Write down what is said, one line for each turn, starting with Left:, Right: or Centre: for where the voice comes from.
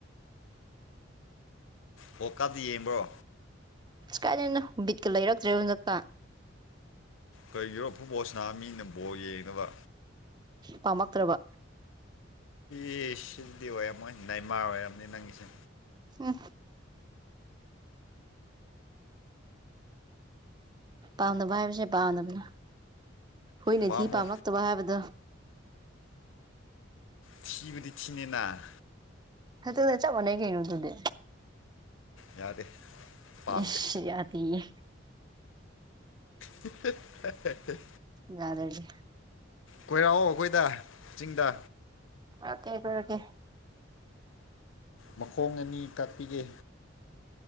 Left: ꯋꯥꯔꯜ ꯀꯞꯇꯤ ꯌꯦꯡꯕ꯭ꯔꯣ
Right: ꯀꯥꯏꯗꯩ ꯅꯣ ꯕꯤꯠꯀ ꯂꯩꯔꯛꯇ꯭ꯔꯦ ꯍꯟꯗꯛꯀ
Left: ꯀꯔꯤꯒꯤꯔꯣ ꯐꯨꯠꯕꯣꯜ ꯁꯥꯅꯕ ꯃꯤꯅ ꯕꯣꯜ ꯌꯦꯡꯗꯕ
Right: ꯄꯥꯝꯃꯛꯇ꯭ꯔꯕ
Left: ꯑꯦ ꯁꯤꯗꯤ ꯑꯣꯏꯔꯝꯃꯣꯏ ꯅꯦꯃꯥꯔ ꯑꯣꯏꯔꯝꯅꯤ ꯅꯪꯒꯤꯁꯦ
Right: ꯎꯝ ꯄꯥꯝꯗꯕ ꯍꯥꯏꯕꯁꯦ ꯄꯥꯝꯗꯕ ꯍꯨꯏꯅ
Left: ꯄꯥꯝꯃꯣ
Right: ꯊꯤ ꯄꯥꯝꯂꯛꯇꯕ ꯍꯥꯏꯕꯗꯣ
Left: ꯊꯤꯕꯗꯤ ꯊꯤꯅꯤꯅ
Right: ꯑꯗꯨꯒ ꯆꯞ ꯃꯥꯟꯅꯩ ꯀꯩꯅꯣ ꯑꯗꯨꯗꯤ
Left: ꯌꯥꯗꯦ ꯄꯥꯝꯗꯦ
Right: ꯏꯁ ꯌꯥꯗꯦꯌꯦ
Left: ꯍꯦ ꯍꯦ ꯍꯦ
Right: ꯌꯥꯗꯔꯗꯤ
Left: ꯀꯣꯏꯔꯛꯑꯣ ꯑꯩꯈꯣꯏꯗ ꯆꯤꯡꯗ
Right: ꯀꯣꯏꯔꯛꯀꯦ ꯀꯣꯏꯔꯛꯀꯦ
Left: ꯃꯈꯣꯡ ꯑꯅꯤ ꯀꯥꯛꯄꯤꯒꯦ